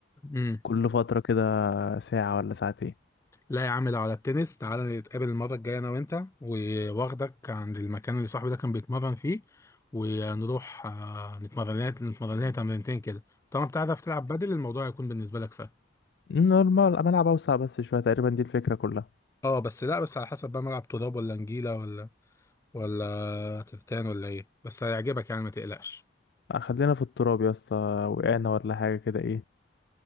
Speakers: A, on the left (about 15°); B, on the left (about 60°).
A: امم
B: كل فترة كده ساعة ولا ساعتين
A: لا يا عم لو على التنس تعالى نتقابل المرة الجاية انا وانت واخدك عند المكان اللي صاحبي ده كان بيتمرن فيه ونروح آه، نتمرن لنا نتمرن لنا تمرينتين كده طالما بتعرف تلعب بدل الموضوع هيكون بالنسبة لك سهل
B: نورمال ملعب أوسع بس شوية تقريبا دي الفكرة كلها
A: اه بس لا بس على حسب بقى ملعب تراب ولا نجيلة ولا ولا تفتان ولا ايه بس هيعجبك يعني ما تقلقش
B: آه، خلينا في التراب يا اسطى وقعنا ولا حاجة كده ايه